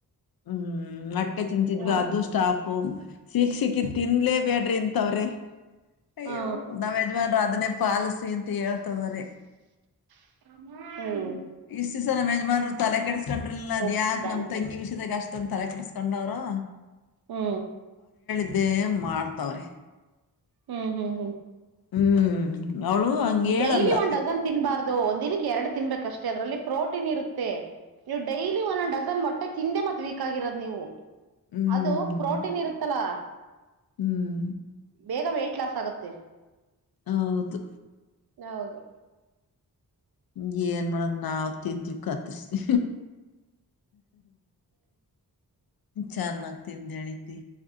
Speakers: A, on the left (about 70°); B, on the right (about 80°).
A: ಹ್ಮ್ ಹ್ಮ್ ಮತ್ತೆ ಚಂತಿದ್ವಿ
B: ಹಾ
A: ಅದು ಸ್ಟಾಫು ಸಿೀಕ್ ಸಿಕ್ಕಿ ತಿನ್ಲೇ ಬೇಡ್ರಿ ಇಂತವ್ರಿ ಅಯ್ಯೋ
B: ಹಾ
A: ನಾವ್ ಯಜಮನ್ರು ಅದನ್ನೇ ಪಾಲಸಿ ಅಂತ ಹೇಳ್ತದ್ರ
B: ಹ್ಮ
A: ಇಷ್ಟ್ ದಿವಸ ನಮ್ಮ ಯಜಮಾನ್ರು ತಲೆ ಕೆಡಿಸಸ್ಕೊಂಡ್ರಿಲಿಲ್ಲ
B: ಹ್ಮ್
A: ಅದ್ ಯಕಕ್ ನಮ್ ತಂಗಿ ವಿಷಯದಾಗ ಅಷ್ಟೊಂದ ತಲೆ ಕೆಡಿಸಸ್ಕೊಂಡವ್ರು
B: ಹಾ
A: ಇದೇ ಮಾಡ್ತವ್ರೆ
B: ಹ್ಮ್ ಹ್ಮ್ ಹ್ಮ್
A: ಹ್ಮ್ ಅವಳು ಹಂಗ ಹೇಳಲ್ಲ
B: ಡೈಲಿ ಒಂದು್ ಡಜನ್ ತಿನ್ಬಾರ್ದು ಒ ದಿನಕ್ಕೆ ಎರಡು ತಿನ್ಬೇಕಷ್ಟೇ ಅದರಲ್ಲಿ ಪ್ರೋಟೀನ್ ಇರುತ್ತೆ ನೀವು ಡೈಲಿ ಒಂದ ಡಸನ್ ಮೊಟ್ಟೆ ತಿಂದೆ ಮತ್ ವೀಕ್ ಆಗಿರೋದು ನೀವು
A: ಹ್ಮ್
B: ಅದು ಪ್ರೋಟೀನ್ ಇರುತ್ತಲಾ
A: ಹ್ಮ್
B: ಬೇಗ ವೆಯ್ಟಟ್ ಲಾಸ್ ಆಗತ್ತೆ
A: ಹೌದು
B: ಹೌದು
A: ಹ ಏನ್ ಮಾಡ ನಾವ್ ತಿಂತೀವಿ ಕತ್ತುಿಸಿ ಚೆನ್ನಾಗಗ್ ತಿಿಂದಳತಿ